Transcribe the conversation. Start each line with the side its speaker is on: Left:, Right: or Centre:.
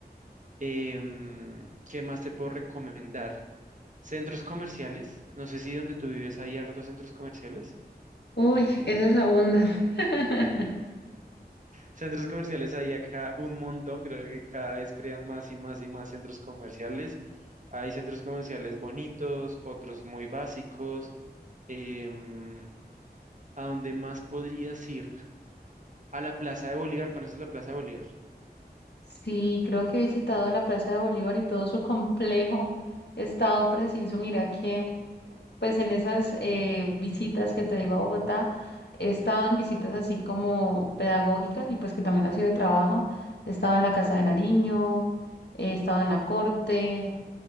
Right: Em, ¿qué más te puedo recomendar? Centros comerciales, no sé si donde tú vives hay hartos centros comerciales.
Left: Uy, eso es abundante. <laughs>
Right: Centros comerciales hay acá un montón, creo que cada vez crean más y más y más centros comerciales. Hay centros comerciales bonitos, otros muy básicos. Em, ¿a dónde más podrías ir? A la Plaza de Bolívar, ¿conoces la Plaza de Bolívar?
Left: Sí, creo que he visitado la Plaza de Bolívar y todo su complejo <laughs> estado preciso. Mira que, pues en esas eh, visitas que te digo a Bogotá, he estado en visitas así como pedagógicas y pues que también ha sido de trabajo. He estado en la Casa de Nariño, he estado en la Corte.